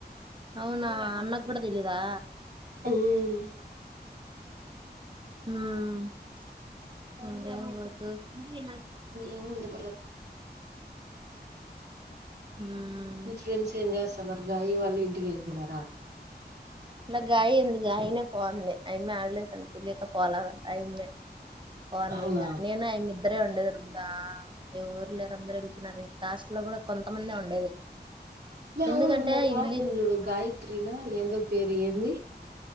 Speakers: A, on the right; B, on the right.
A: అవునా అన్నకు కూడా తెలిదా
B: హ్మ్మ్
A: హ
B: ఏముంది మీ
A: ఉమ్
B: ఫ్రెండ్ స్ ఏమి చేస్తున్నారు రు గాయి వాళ్ళు ఇంటికి వెళుతున్నారా
A: ఇలా గాయి ఉంది గాయినే పోంది అయిమ హాలిడేస్ అని తెలియక పోలేదంట అయిమే బాగుంది
B: అవునా
A: ఇంకా, నేను ఇద్దరే ఉండేది ఇంకా ఎవరూ లేరు అందరుూ వెళ్ళిపోయినారు ఇంటఆస్టల్లో కూడా కొంతమంది ఉండేది ఎందుకంటే
B: అవును ఇంకో పాప
A: ఇవిలి
B: ఉంది చూడు గాయత్రీన ఎంధో పేరు ఏంది